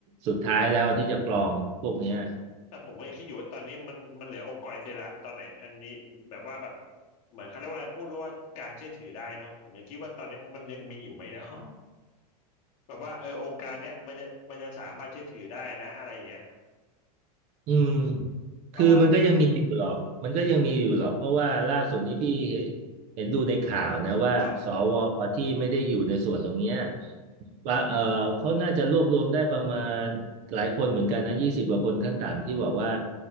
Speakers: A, on the right; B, on the left.
A: สุดท้ายแล้วที่จะกรองพวกเนี้ย
B: แต่ผมก็ยังคิดอยู่ว่าตอนนี้มันมันเหลือองค์กรอิสระตอนไหนอันนี้แบบว่าแบบเหมือนเขาเรียกว่าพูดว่าการเชื่อถือได้เนาะผมยังคิดว่าตอนนี้มันยังมีอยู่ไหมเนาะ <laughs> แบบว่าเออองค์การเนี้ยมันจะมันจะสามารถเชื่อถือได้นะอะไรอย่างเงี้ย
A: อืม
B: เพราะว่า
A: คือมันก็ยังมีอยู่หรอกมันก็ยังมีอยู่หรอกเพราะว่าล่าสุดนี้พี่เห็นเห็นดูในข่าวนะว่าสวที่ไม่ได้อยู่ในส่วนตรงเนี้ย
B: ครับ
A: ว่าเออเขาน่าจะรวบรวมได้ประมาณหลายคนเหมือนกันนะยี่สิบกว่าคนขั้นต่ำที่บอกว่า